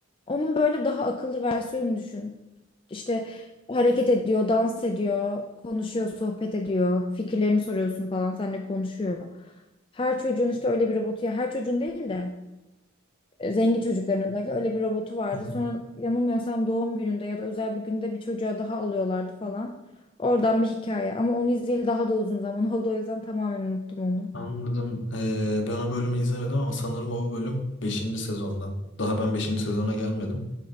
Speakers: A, on the left (about 25°); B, on the left (about 60°).
A: Onun böyle daha akıllı versiyonunu düşün. İşte hareket ediyor, dans ediyor, konuşuyor, sohbet ediyor, fikirlerini soruyorsun falan, seninle konuşuyor. Her çocuğun işte öyle bir robotu ya her çocuğun değil de e, zengin çocukların özellikle öyle bir robotu vardı.
B: Anladım.
A: Sonra yanılmıyorsam doğum gününde ya da özel bir günde bir çocuğa daha alıyorlardı falan. Oradan bir hikaye ama onu izleyeli daha da uzun zaman <laughs> oldu o yüzden tamamen unuttum onu.
B: Anladım. Ee, ben o bölümü izlemedim ama sanırım o bölüm beşinci sezondan. Daha ben beşinci sezona gelmedim.